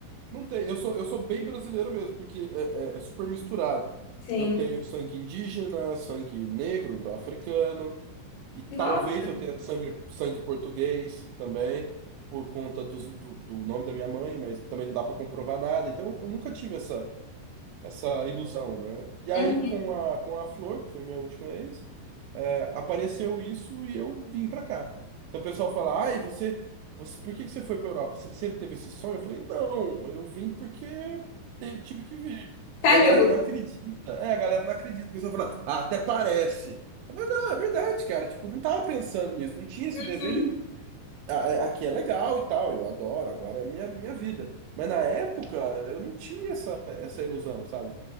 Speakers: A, on the right; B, on the left.
A: Não tem, eu sou, eu sou bem brasileiro mesmo, porque é, é- é super misturado.
B: Sim.
A: Eu tenho sangue indígena, sangue negro, então africano, e talvez
B: Nossa,
A: eu tenha sangue, sangue português também, por conta dos- do, do nome da minha mãe, mas também não dá para comprovar nada. Então eu nunca tive essa essa ilusão, né? E
B: hum,
A: aí com a com a Flor, que foi minha última ex, é, apareceu isso e eu vim pra cá. Então o pessoal fala: "Ai, você, você, por que que você foi pra Europa? Você sempre teve esse sonho?" Eu falei: "Não, eu vim porque te- tive que vir."
B: calhou.
A: E a galera não acredita. É, a galera não acredita. O pessoal fala: "Ah, até parece." Mas não, é verdade, cara. Tipo, não tava pensando nisso, não tinha esse
B: Uhum.
A: desejo. Ah, é- Aqui é legal e tal, eu adoro, agora é minha, minha vida. Mas na época eu não tinha essa, essa ilusão, sabe?